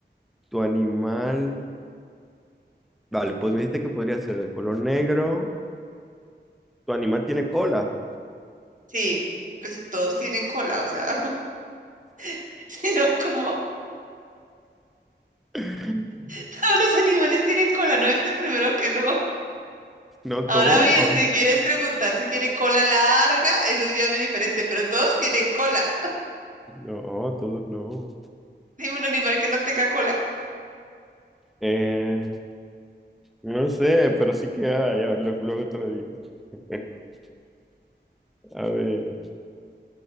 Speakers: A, in the centre; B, on the right.
A: tu animal. Vale, pues me dijiste que podría ser de color negro. Tu animal tiene cola.
B: Sí, pues todos tienen cola, o sea, <laughs> sino no, como
A: <laughs>
B: todos los animales tienen cola, no es el primero que no.
A: No todos.
B: Ahora bien, si quieres preguntar si tiene cola larga, eso ya es muy diferente, pero todos tienen cola.
A: No, todos no.
B: <laughs> Dime un animal que no tenga cola.
A: Eh, no sé, pero sí que hay. Ya, lo- luego te lo digo. <laughs> A ver,